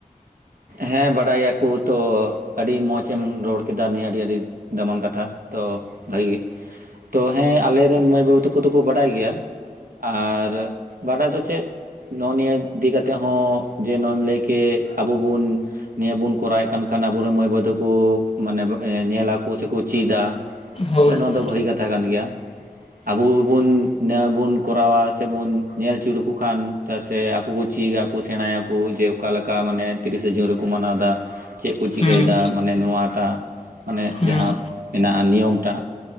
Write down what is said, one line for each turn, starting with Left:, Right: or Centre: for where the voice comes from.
Right: ᱦᱮᱸ ᱵᱟᱰᱟᱭᱟᱠᱚ ᱛᱚ ᱟᱹᱰᱤ ᱢᱚᱸᱡᱽ ᱮᱢ ᱨᱚᱲ ᱠᱮᱫᱟ ᱱᱤᱭᱟᱹ ᱟᱹᱰᱤ ᱟᱹᱰᱤ ᱫᱟᱢᱟᱱ ᱠᱟᱛᱷᱟ ᱛᱚ ᱵᱷᱟᱹᱜᱤ ᱜᱮ ᱛᱚ ᱦᱮᱸ ᱟᱞᱮ ᱨᱮᱱ ᱢᱟᱹᱭ ᱵᱟᱹᱵᱩ ᱛᱟᱠᱚ ᱫᱚᱠᱚ ᱵᱟᱰᱟᱭ ᱜᱮᱭᱟ ᱟᱨ ᱵᱟᱰᱟᱭ ᱫᱚ ᱪᱮᱫ? ᱱᱚᱜᱼᱚ ᱱᱤᱭᱟᱹ ᱤᱫᱤ ᱠᱟᱛᱮᱜ ᱦᱚᱸ ᱡᱮ ᱱᱚᱜ ᱮᱢ ᱞᱟᱹᱭ ᱠᱮᱫ ᱟᱵᱚ ᱵᱚᱱ ᱱᱤᱭᱟᱹ ᱵᱚᱱ ᱠᱚᱨᱟᱣᱮᱫ ᱠᱟᱱ ᱠᱷᱟᱱ ᱟᱵᱚᱨᱮᱱ ᱢᱟᱹᱭ ᱵᱟᱹᱭ ᱛᱟᱠᱚ ᱢᱟᱱᱮ ᱧᱮᱞᱟᱠᱚ ᱥᱮᱠᱚ ᱪᱮᱫᱟ
Left: ᱦᱳᱭ
Right: ᱛᱚ
Left: ᱦᱳᱭ
Right: ᱱᱚᱣᱟ ᱫᱚ ᱵᱷᱟᱹᱜᱤ ᱠᱟᱛᱷᱟ ᱠᱟᱱ ᱜᱮᱭᱟ ᱟᱵᱚ ᱵᱚᱱ ᱵᱚᱱ ᱠᱚᱨᱟᱣᱟ ᱥᱮᱵᱚᱱ ᱧᱮᱞ ᱦᱚᱪᱚ ᱞᱮᱠᱚ ᱠᱷᱟᱱ ᱥᱮ ᱟᱠᱚ ᱠᱚ ᱪᱮᱫᱟ ᱥᱮᱸᱲᱟᱭᱟ ᱠᱚ ᱡᱮ ᱚᱠᱟᱞᱮᱠᱟ ᱢᱟᱱᱮ ᱛᱤᱨᱤᱥᱟ ᱡᱩᱱ ᱨᱮᱠᱚ ᱢᱟᱱᱟᱣᱫᱟ ᱪᱮᱫ ᱠᱚ ᱪᱤᱠᱟᱹᱭᱮᱫᱟ
Left: ᱦᱩᱸ
Right: ᱢᱟᱱᱮ ᱱᱚᱣᱟᱴᱟᱜ ᱢᱟᱱᱮ
Left: ᱦᱩᱸ
Right: ᱡᱟᱦᱟᱸ ᱢᱮᱱᱟᱜᱼᱟ ᱱᱤᱭᱚᱢ ᱴᱟᱜ